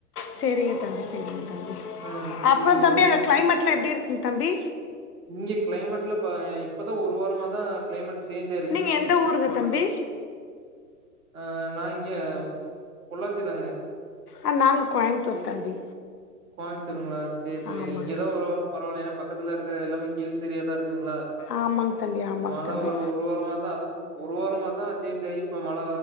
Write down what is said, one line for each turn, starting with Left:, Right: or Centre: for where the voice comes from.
Left: சேரிங்க தம்பி சேரிங்க தம்பி
Right: ஆ சரி,
Left: அப்பறோ
Right: சரிங்க.
Left: தம்பி
Right: வீ
Left: அங்க கிளைமேட்லா எப்டி இருக்குங் தம்பி
Right: இங்க கிளைமேட்லா பா இப்பதா ஒரு வாரமா தா கிளைமேட் சேஞ்சு
Left: நீங்க எந்த ஊருங்க தம்பி
Right: அ நா இங்க பொள்ளாச்சி தாங்க
Left: அ நாங்க கோயமுத்தூர் தம்பி
Right: கோயம்புத்தூருங்ளா சேர் சேரிங்க
Left: ஆமாங்க
Right: இங்கெதா ஓரளவுக்கு பரவால்ல ஏனா பக்கத்துல இருக்கு எல்லாமே ஹில்ஸ் ஏரியா தா இருக்குங்ளா
Left: ஆமாங்க தம்பி ஆமாங்க
Right: மழ
Left: தம்பி
Right: ஒரு ஒரு வாரமாத் தா அது ஒரு வாரமா தா சேஞ்ச் ஆகி இப்ப மழ